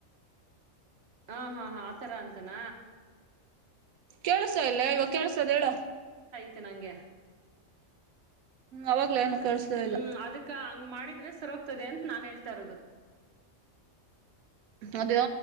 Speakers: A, on the right; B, on the right.
A: ಹಾ ಹಾ ಆತರ ಅಂತಾನ
B: ಕೆಳಸ್ತ ಇಲ್ಲ <unintelligible> ಕೆಳ್ಸದ ಹೇಳ
A: ತಿ ನಗೆ
B: ಅವಾಗ್ಲ ಏನು ಕೇಳ್ಸ್ಲ
A: ಹ್ಮ್
B: ಇಲ್ಲ
A: ಅದಕ್ಕ ಹಂಗ್ ಮಾಡಿದ್ರೆ ಸರ ಹೋಗ್ತದೆ ಅಂತ ನಾನ್ ಹೇಳ್ತಾ ಇರೋದು
B: ಅದ